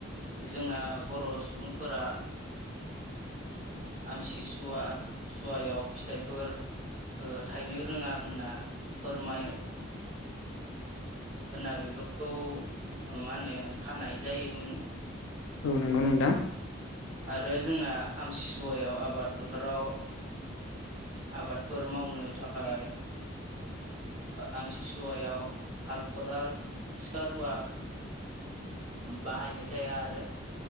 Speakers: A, on the right; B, on the left.
A: जोंना बर' सुबुंफोरा आमसिसुवा सुवायाव फिथाइफोर थायनो रोङा होनना फोरमायो होनना बेफोरखौ मा होनो खानाय जायोमोन
B: औ नंगौ नोंथां
A: आरो जोंना आमथिसुवायाव आबाद फोथाराव आबादफोर मावनो थाखाय आमसिसुवायाव हाल खदाल सिखा रुवा बाहायनाय जाया आरो